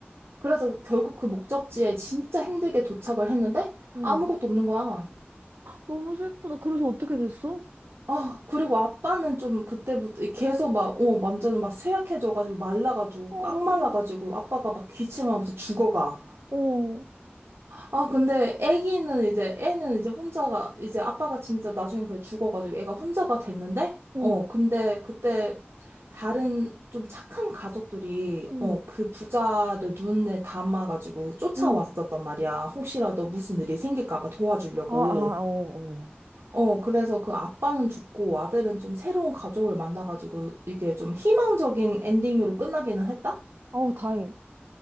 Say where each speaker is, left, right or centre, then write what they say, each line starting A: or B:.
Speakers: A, on the right (about 90°); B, on the right (about 70°).
A: 그래서 결국 그 목적지에 진짜 힘들게 도착을 했는데
B: 어.
A: 아무것도 없는 거야.
B: 너무 슬프다. 그래서 어떻게 됐어?
A: 아, 그리고 아빠는 좀 그때부터 계속 막, 어, 완전 막 쇠약해져가지고 말라가지고
B: 어,
A: 꽉 말라가지고 아빠가 막 기침하면서 죽어가.
B: 어.
A: 아, 근데 애기는 이제, 애는 이제 혼자가, 이제 아빠가 진짜 나중에 그냥 죽어가지고 애가 혼자가 됐는데,
B: 응,
A: 어, 근데 그때 다른 좀 착한 가족들이,
B: 응,
A: 어, 그 부자를 눈에 담아가지고 쫓아왔었단
B: 응.
A: 말이야. 혹시라도 무슨 일이 생길까봐 도와주려고.
B: 아, 아, 어, 어.
A: 어, 그래서 그 아빠는 죽고 아들은 좀 새로운 가족을 만나가지고 이게 좀 희망적인 엔딩으로 끝나기는 했다?
B: 어우, 다행이다.